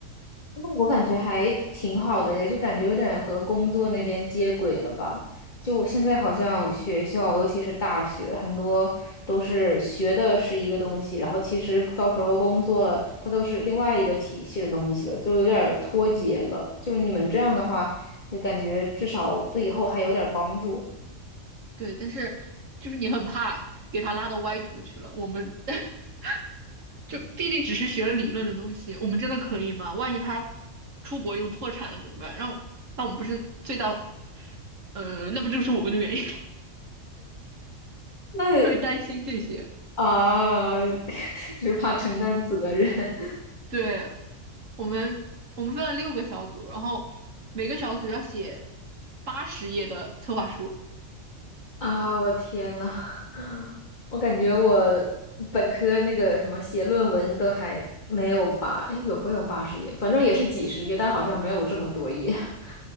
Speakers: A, on the left (about 35°); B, on the right (about 70°).
A: 我感觉还挺好的呀就感觉有点和工作那边接轨了吧。就现在好像学校，尤其是大学，很多都是学的是一个东西，然后其实到时候工作了，它都是另外一个体系的东西了，就有点儿脱节了。就你们这样的话，就感觉至少对以后还有点儿帮助。
B: 对，但是就是你很怕给他拉到歪途去了，我们。<laughs> 就毕竟只是学了理论的东西，我们真的可以吗？万一他出国就破产了怎么办？让那我们不是最大，呃，那不就是我们的原因吗？<laughs>
A: 那
B: 就是担心这些。
A: 啊，<laughs> 只怕承担责任。
B: 对，我们我们分了六个小组，然后每个小组要写八十页的策划书。
A: 啊，我天呐，<laughs> 我感觉我本科那个什么写论文都还没有八，哎，有没有八十页？反正也是几十页，但是好像没有这么多页。<laughs>